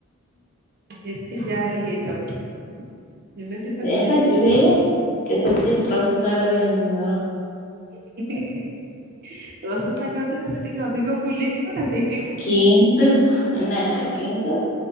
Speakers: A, on the right; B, on the left.
A: ଯେତେ ଯା ବି ହେଇଯାଉ। ଜେଲସି ତ
B: ସେଇଆ
A: ନିହାତି
B: ପା ଚିଡେଇବେ
A: ଆସିବ।
B: କେତେବେଳେ ଟିକେ ପ୍ରଶଂସା କରିବେନି ମୋର।
A: ପ୍ରଶଂସା କରିଥିଲେ ତ ଟିକେ ଅଧିକ ଭୁଲିଯିବ ନା ସେଇ
B: କିନ୍ତୁ ନା କିନ୍ତୁ